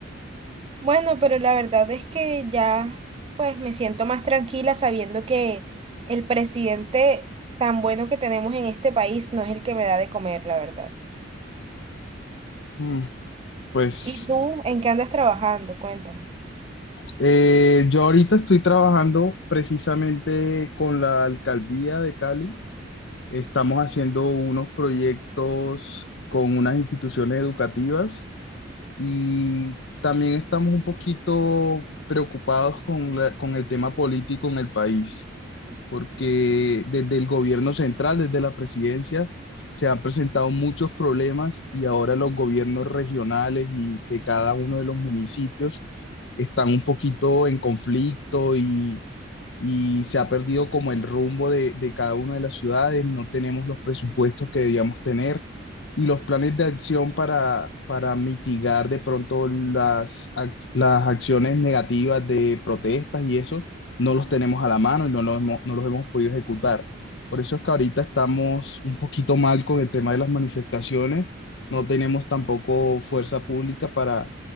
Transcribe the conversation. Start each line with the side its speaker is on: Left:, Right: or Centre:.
Right: Bueno, pero la verdad es que ya pues me siento más tranquila sabiendo que el presidente tan bueno que tenemos en este país no es el que me da de comer, la verdad.
Left: Mm, Pues
Right: ¿Y tú en qué andas trabajando? Cuéntame.
Left: eh, yo ahorita estoy trabajando precisamente con la alcaldía de Cali Estamos haciendo unos proyectos con unas instituciones educativas y también estamos un poquito preocupados con la- con el tema político en el país, porque desde el gobierno central, desde la presidencia, se han presentado muchos problemas y ahora los gobiernos regionales y de cada uno de los municipios están un poquito en conflicto y se ha perdido como el rumbo de, de cada una de las ciudades, no tenemos los presupuestos que debíamos tener y los planes de acción para, para mitigar de pronto las, ac- las acciones negativas de protestas y eso, no los tenemos a la mano y no los hemos, no los hemos podido ejecutar. Por eso es que ahorita estamos un poquito mal con el tema de las manifestaciones, no tenemos tampoco fuerza pública para,